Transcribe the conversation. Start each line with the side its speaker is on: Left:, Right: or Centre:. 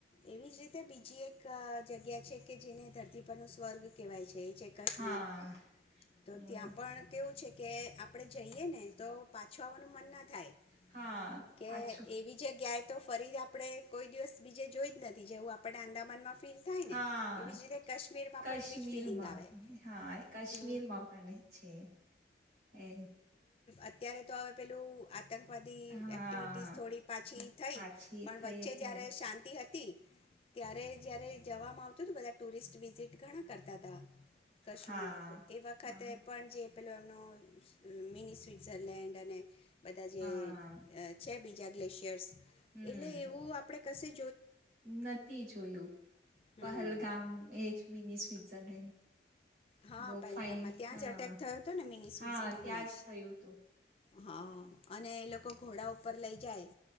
Left: એવી જ રીતે બીજી એક એક જગ્યા છે કે, જેને ધરતી પરનો સ્વર્ગ કહેવાય છે. જે છે કાશ્મીર
Right: હા
Left: તો
Right: હમ,
Left: ત્યાં પણ કેવું છે કે આપણેે જઈએ ને તો પાછું આવવાનું મન ના થાય.
Right: હા.
Left: કે
Right: પાછું
Left: એવી જગ્યાએ તો ફરી આપડે કોઈ દિવસ બીજે જોઈ જ નથી જેવું આપણને આંદામાનમાં ફીલ થાય
Right: હા
Left: ને એવી જ રીતે કાશ્મીરમાં
Right: કાશ્મીરમાં
Left: પણ એવી જ ફિલિંગ આવે
Right: હા કાશ્મીરમાં
Left: હ.
Right: પણ છે એ
Left: અત્યારે તો હવે પેલું આ આતંકવાદી
Right: હા
Left: એક્ટિવિટીઝ થોડી પાછી થઈ,
Right: પાછી
Left: પણ
Right: થઈ
Left: વચ્ચે
Right: એટલે
Left: જ્યારે શાંતિ હતી. ત્યારે જયારે જવામાં આવતું બધા ટુરિસ્ટ વિઝટ ઘણાં કરતાં હતા. કાશ્મીર
Right: હા
Left: તો એ વખતે
Right: હા
Left: પણ જે પેલો એમનો મિની સ્વિટઝરલેન્ડ અને બધા જે
Right: હા
Left: છે બી જ્યાં ગ્લેેશિયર્સ.
Right: હમ
Left: એટલે એવું આપણે કસી
Right: નથી જોયું
Left: હમ
Right: પહેલગામ એજ મિની સ્વી સલીમ
Left: હા
Right: બહુ
Left: પહેલગામમાં
Right: ફાઈન
Left: ત્યાં
Right: હા
Left: જ અટેક થયો હતો ને મિની સ્વિટ્ઝરલેન્ડમાં
Right: હા ત્યાં જ થયું તું.
Left: હા. અને એ લોકો ઘોડા ઉપર લઈ જાય.